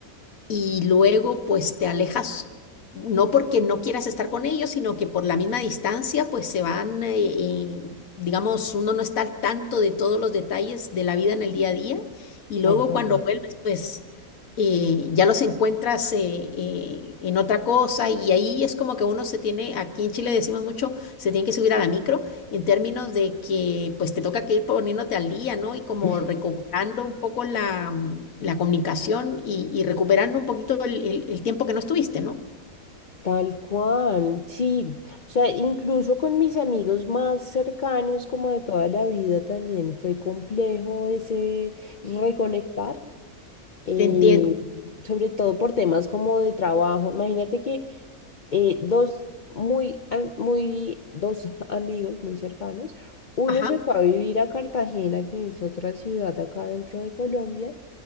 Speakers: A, on the left; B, on the left.
A: y luego pues te alejas, no porque no quieras estar con ellos, sino que por la misma distancia pues se van, eh, eh, digamos, uno no está al tanto de todos los detalles de la vida en el día a día y
B: Tal
A: luego
B: cual.
A: cuando vuelves pues... eh, ya los encuentras eh, eh, en otra cosa y ahí es como que uno se tiene, aquí en Chile decimos mucho, se tiene que subir a la micro en términos de que pues te toca que ir poniéndote al día, ¿no? Y como
B: <laughs>
A: recuperando un poco la, mm, la comunicación y, y recuperando un poquito el, el- el tiempo que no estuviste, ¿no?
B: Tal cual, sí. O sea, incluso con mis amigos más cercanos, como de toda la vida, también fue complejo ese reconectar, eh,
A: Te entiendo.
B: sobre todo por temas como de trabajo. Imagínate que eh, dos muy, am- muy, dos <laughs> amigos muy cercanos, uno
A: Ajá,
B: se fue a vivir a Cartagena, que es otra ciudad acá dentro de Colombia.